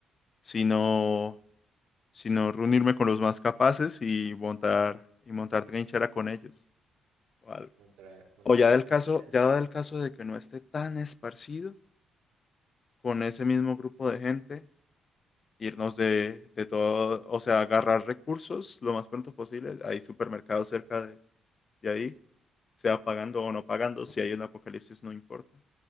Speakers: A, on the left; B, on the right.
A: Sino, sino reunirme con los más capaces y montar, y montar trinchera con ellos o algo.
B: montar, montar
A: O ya del
B: trinchera?
A: caso, ya del caso de que no esté tan esparcido, con ese mismo grupo de gente, irnos de, de todo, o sea, agarrar recursos lo más pronto posible. Hay supermercados cerca de, de ahí sea pagando o no pagando, si hay un apocalipsis no importa.